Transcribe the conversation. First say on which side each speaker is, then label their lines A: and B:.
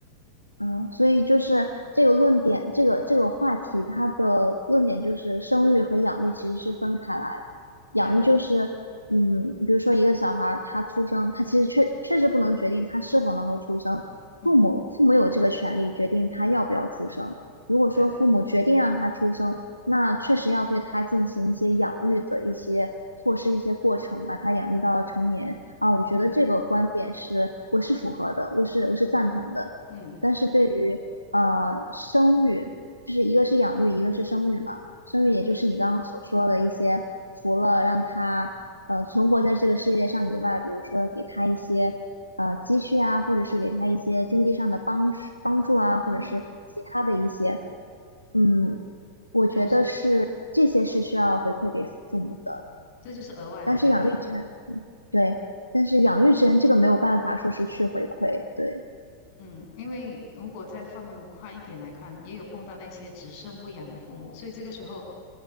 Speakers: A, on the left; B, on the left.
A: 嗯，所以就是这个论点，这个这个话题，它的论点就是生育和养育其实是分开来的。养育就是，
B: 对，
A: 嗯，比如说一个小孩儿他出生，他其实确确实不能决定他是否能够出生，
B: 嗯哼，
A: 父母父母有这个权利决定他要不要出生。如果说父母决定让他出生，
B: 对，
A: 那确实要对他进行一些养育的一些措施、一些过程，把他养育到成年啊。我觉得这个观点是我是符合的，
B: 嗯
A: 我是我是赞同的。
B: 嗯
A: 但是对于呃生育，就是一个是养育，一个是生育嘛。生育也就是你刚刚所说的一些，
B: 嗯哼
A: 除了让他呃存活在这个世界上以外，比如说给他一些呃积蓄啊，或者是给他一些经济上的帮帮助啊，
B: 嗯哼，
A: 或者是其他的一些，嗯，我觉得是这些是需要回馈给父母的。
B: 这就是嗯，这就是额外的，
A: 但是养育之恩，
B: 对吧？
A: 对，但是养育之恩这个没有办法说是去回馈，对，
B: 嗯，因为如果再放宽一点来看，也有碰到那些只生不养的父母，所以这个时候